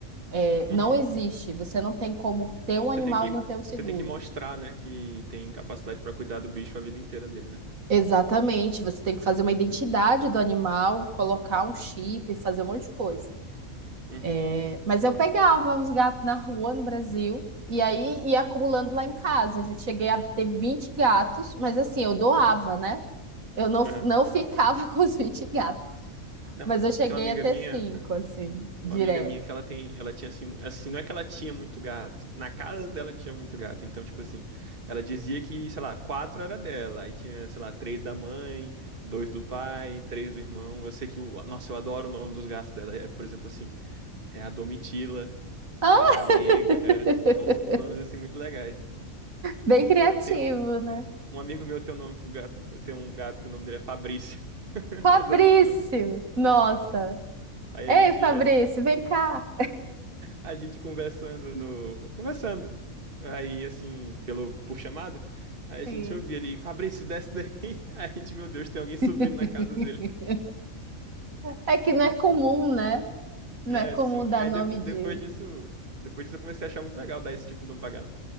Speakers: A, on the right (about 75°); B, on the right (about 40°).
A: É,
B: Uhum.
A: não existe. Você não tem como ter um
B: Você
A: animal
B: tem que,
A: e não ter um seguro.
B: você tem que mostrar, né, que tem capacidade pra cuidar do bicho a vida inteira dele, né?
A: Exatamente, você tem que fazer uma identidade do animal, colocar um chip, fazer um monte de coisa.
B: Uhum.
A: É, Mas eu pegava os gatos na rua no Brasil e aí ia acumulando lá em casa. Eu já cheguei a ter 20 gatos, mas assim, eu doava, né? Eu não,
B: Aham.
A: não ficava <laughs> com os 20 gatos,
B: Não,
A: mas eu cheguei
B: tem uma amiga
A: a ter
B: minha.
A: cinco assim, direto.
B: Uma amiga minha que ela tem, ela tinha assim, mu- assim, não é que ela tinha muito gato, na casa dela tinha muito gato, então, tipo assim, ela dizia que, sei lá, quatro era dela, aí tinha, sei lá, três da mãe, dois do pai, três do irmão, eu sei que, o, nossa, eu adoro o nome dos gatos dela, é, por exemplo, assim, é a Domitila,
A: Ah,
B: é a Negra,
A: <laughs>
B: é uns nomes, assim, muito legais.
A: bem criativo,
B: Tem um
A: né?
B: um amigo meu tem um nome que o gato, tem um gato que o nome dele é Fabrício, <laughs> eu
A: Fabrício!
B: adoro esse nome.
A: Nossa!
B: Aí
A: Ei,
B: a gente,
A: Fabrício,
B: a gente
A: vem cá!
B: A gente conversando no. Conversando. Aí, assim, pelo... por chamada. Aí a
A: Sim.
B: gente ouvia ele, Fabrício, desce daí. <laughs> Aí a gente, meu Deus, tem alguém subindo
A: <laughs>
B: na casa dele.
A: É que não é comum, né? Não
B: É,
A: é comum
B: sim.
A: dar
B: Aí
A: nome
B: de-
A: de,
B: depois disso. Depois disso eu comecei a achar muito legal dar esse tipo de nome pra gato.